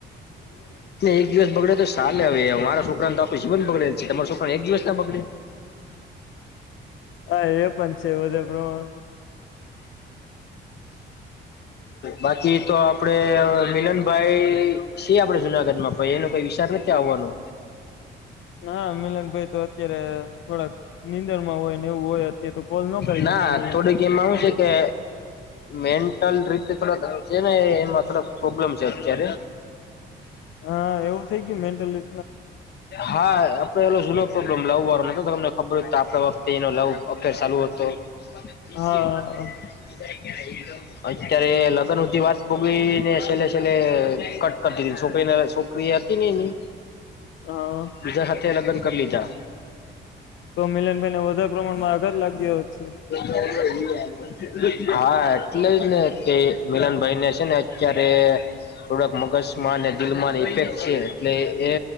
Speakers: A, on the left; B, on the left.
A: એક દિવસ બગડે તો સાલે આવે મારા છોકરા તોખું જીવન બગડે છે, તમારો છોકરાને એક દિવસ ના બગડે <inaudible>
B: હા એ પણ <unintelligible>
A: બાકી તો આપડે અવે મિલનભાઈ છે આપણેે જુનાગઢમાં પણ એનો કોઈ વિચાર નથી આવવાનો
B: હા મિલનભાઈ તો અત્યારે થોડાક નીંદર માં હોય ને એવું હોય અત્યારે તો કોલ ન કરી
A: <inaudible> ના
B: શકીએ મિલનભાઈને
A: થોડીક એમાં હું છે કે મેન્ટલ રીતે થોડા છે, ને એમાં થોડા પ્રોબ્લેમ છે, અત્યારે
B: હા એવું થઈ ગયું મેન્ટલી
A: હા. આપડે એલો જૂનો પ્રોબ્લમ લાવવા નતો તમને ખબર તો આપણા વખતે એનો લાવ અફેર ચાલુ હતો. <inaudible>
B: હા
A: અત્યારે લગન હુધી વાત ભોગવીને છેલ્લે છેલે કટ કરતી છોકરી છોકરી હતી ને એની
B: હા
A: બીજા સાથે લગ્ન કરી લીધા
B: તો મિલનભાઈને વધારે પ્રમાણમાં આગાર લાગયો ગયો છે.
A: <inaudible> હા એટલે જ ને કે મિલનભાઈને છે, ને અત્યારે થોડાક મગજમાં અને દિલમાં ઇફેક્ટ છે, એટલે એ